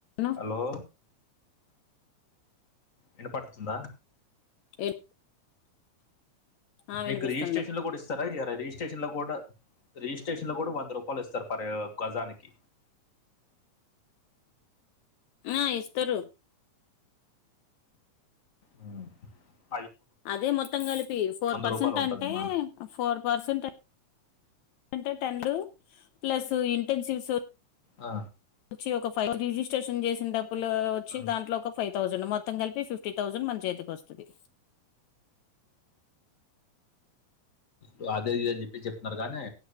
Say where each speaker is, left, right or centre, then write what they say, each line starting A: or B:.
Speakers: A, on the left; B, on the left.
A: ను
B: హలో ఇనపడుతుందా
A: ఎన్ ఆ వినిపిస్తుంది
B: మీకు రిజిస్ట్రేషన్ లో కూడా ఇస్త రా ఇయ్యరా రిజిస్ట్రేషన్ లో కూడా రిజిస్ట్రేషన్ లో కూడా వంద రూపాయలు ఇస్తారు పర్ గజానికి
A: ఆ ఇస్తరు
B: ఉ
A: అదే మొత్తం కలిపి ఫోర్ పర్సెంట్
B: రూపాయలు ఉంటుంది
A: అంటే
B: మా
A: ఫోర్ పర్సెంట్ అంటే టెన్ ప్లస్ ఇంటెన్షిప్స్
B: ఆ
A: వచ్చి ఒక ఫైవ్ రిజిస్ట్రేషన్ చేసిన డబ్బులు వచ్చి
B: ఆ.
A: దాంట్లో ఒక ఫైవ్ థౌండ్ మొత్తం కలిపి ఫిఫ్టీన్ థౌసెండ్ మన చేతికి వస్తది
B: ఇ అదే ఇది అని చెప్పి చెప్తున్నారు గానే